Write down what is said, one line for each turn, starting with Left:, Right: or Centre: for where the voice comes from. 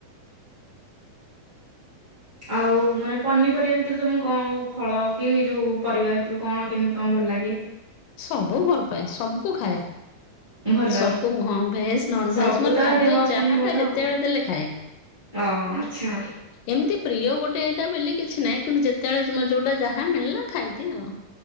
Right: ଆଉ ମାନେ ପନିପରିବା ଭିତରେ ତ ମୁଁ କଉଁ ଫଳ କି ଯୋଉ ପରିବା ଭିତରୁ କଣ କେମତି ତମ ଭଲ ଲାଗେ?
Left: ସବୁ ଭଲ ପାଏ ସବୁ ଖାଏ।
Right: ଭଲ
Left: ସବୁ ହଁ ଭେଜ ନନଭେଜ
Right: ସବୁ
Left: ମୋର
Right: ତ
Left: ଖାଦ୍ୟ
Right: ଦେହ
Left: ଯାହା
Right: ପାଇଁ ଭଲ
Left: ଟା ଯେତେବେଳେ
Right: ଆଉ।
Left: ଦେଲେ ଖାଏ।
Right: ଅ ଆଚ୍ଛା
Left: ଏମିତି ପ୍ରିୟ ଗୋଟେ ଏଇଟା ବୋଲି କିଛି ନାହିଁ କିନ୍ତୁ ଯେତେବେଳେ ଯୁମ ଯୋଉଟା ଯାହା ହା ମିଳିଲା ଖାଇଦିଏ ଆଉ